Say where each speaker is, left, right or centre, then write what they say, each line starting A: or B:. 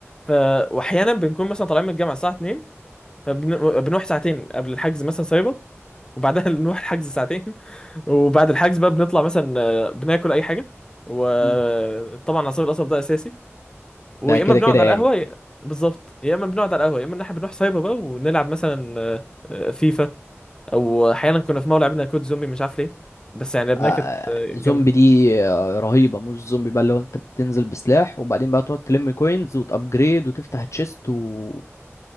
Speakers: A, on the left; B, on the left.
A: ف واحيانا بنكون مثلا طالعين من الجامعه الساعه 2 فبنروح ساعتين قبل الحجز مثلا سايبر وبعدها <laughs> نروح الحجز ساعتين وبعد الحجز بقى بنطلع مثلا آه، بناكل اي حاجه وطبعا
B: مم.
A: عصير القصب ده اساسي ويا
B: ده كده
A: اما بنقعد
B: كده يعني
A: على القهوه يا- بالظبط يا اما بنقعد على القهوه يا اما ان احنا بنروح سايبر بقى ونلعب مثلا آه، آه، فيفا او احيانا كنا في مره لعبنا كود زومبي مش عارف ليه بس يعني لعبناها
B: آه،
A: كانت آه،
B: زومبي
A: جامده
B: دي آه، رهيبة مش زومبي بقى اللي هو انت بتنزل بسلاح وبعدين بقى تقعد تلم كوينز وتأبجريد وتفتح تشيست و